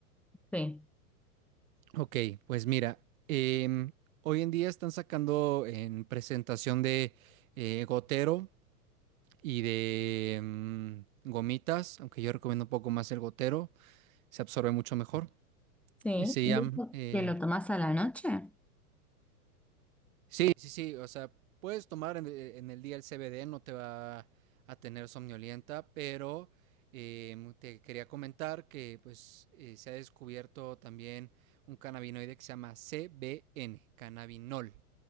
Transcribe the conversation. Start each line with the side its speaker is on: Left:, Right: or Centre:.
Centre: Sí,
Right: Ok, pues mira, em, hoy en día están sacando en presentación de eh, gotero y de em, gomitas, aunque yo recomiendo un poco más el gotero, se absorbe mucho mejor.
Centre: sí.
Right: Y Se
Centre: ¿Y
Right: llama
Centre: eso
Right: eh,
Centre: que lo tomás a la noche?
Right: Sí, sí, sí, o sea, puedes tomar en, e- en el día el CBD, no te va a tener somnolienta, pero em, te quería comentar que pues eh, se ha descubierto también un cannabinoide que se llama CBN, cannabinol.